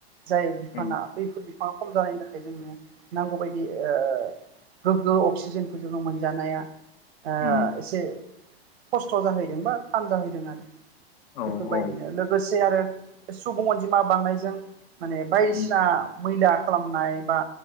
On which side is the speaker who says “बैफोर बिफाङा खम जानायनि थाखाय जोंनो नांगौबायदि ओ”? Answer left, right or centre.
Right